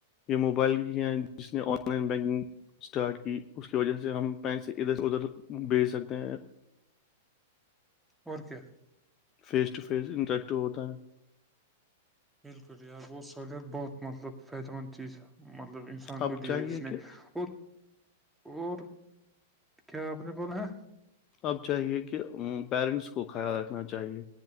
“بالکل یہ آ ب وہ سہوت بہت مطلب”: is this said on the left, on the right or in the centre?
Centre